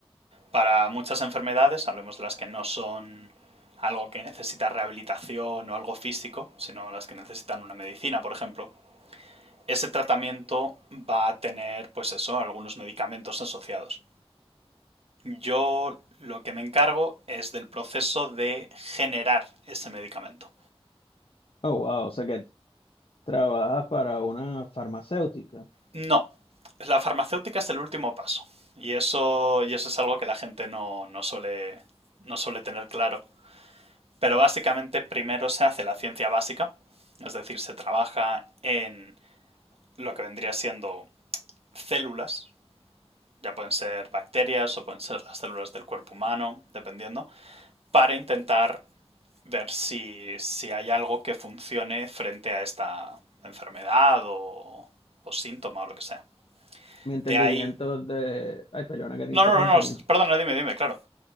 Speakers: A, on the right; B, on the left.
A: Para muchas enfermedades, hablemos de las que no son algo que necesita rehabilitación o algo físico, sino las que necesitan una medicina, por ejemplo, ese tratamiento va a tener, pues eso, algunos medicamentos asociados. Yo lo que me encargo es del proceso de generar ese medicamento.
B: Oh, wow, o sea que trabajas para una farmacéutica.
A: No, la farmacéutica es el último paso. Y eso, y eso es algo que la gente no, no, suele, no suele tener claro. Pero básicamente primero se hace la ciencia básica, es decir, se trabaja en lo que vendría siendo células, ya pueden ser bacterias o pueden ser las células del cuerpo humano, dependiendo, para intentar ver si, si hay algo que funcione frente a esta enfermedad o, o síntoma o lo que sea.
B: Mi entendimiento
A: De ahí...
B: es de, ay, perdona que te interrumpa,
A: No, no, no, no,
B: mi,
A: perdona, dime, dime, claro.